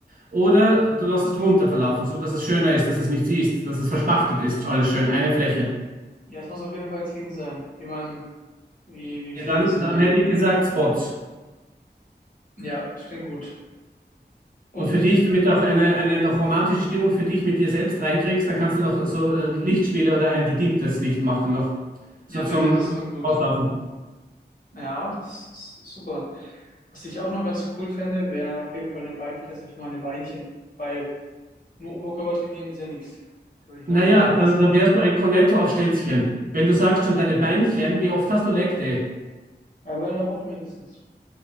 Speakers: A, on the right (about 50°); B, on the left (about 45°).
A: Oder du lässt es drunter verlaufen, so dass es schöner ist, dass es nicht siehst, dass es verspachtelt ist, alles schön, eine Fläche.
B: Ja, es muss auf jeden Fall clean sein, wie man, wie, wie viel
A: Ja, dann,
B: ist im
A: dann
B: Leben.
A: hätte ich gesagt Spots.
B: Ja, das klingt gut. Und,
A: Und für dich, damit du auch eine, eine noch romantische Stimmung für dich mit dir selbst reinkriegst, dann kannst du noch so äh, Lichtspiele oder ein gedimmtes Licht machen noch.
B: ja,
A: So zum,
B: bitte, das
A: zum
B: klingt gut.
A: Auslaufen.
B: Ja, das ist super. Was ich auch noch ganz cool fände, wäre auf jeden Fall eine Beinpresse für meine Beinchen. Weil nur Oberkörper trainieren ist ja nichts. Da würde ich
A: Naja,
B: noch die Beinpresse
A: dann, dann
B: haben.
A: wärst du ein Cornetto auf Stelzchen. Wenn du sagst schon deine Beinchen, wie oft hast du Leg Day?
B: Einmal in der Woche mindestens.